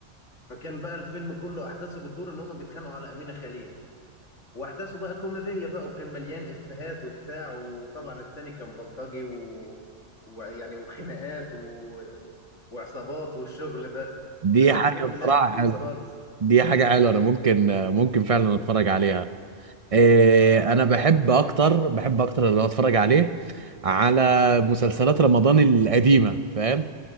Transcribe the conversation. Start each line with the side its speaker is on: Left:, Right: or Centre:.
Left: فكان بقى الفيلم كله احداثه بتدور ان هم بيتخانقوا على امينه خليل واحداثه بقى كوميديه بقى وكان مليان افيهات وبتاع وطبعا التاني كان بلطجي و... ويعني وخناقات و... وعصابات والشغل ده
Right: دي
Left: فكان
Right: حاجه
Left: فيلم
Right: بصراحه
Left: لا لذيذ
Right: حلوه
Left: خالص
Right: دي حاجه حلوه انا ممكن ممكن فعلا اتفرج عليها إيه، انا بحب اكتر بحب اكتر اللي اتفرج عليه على مسلسلات رمضان القديمه فاهم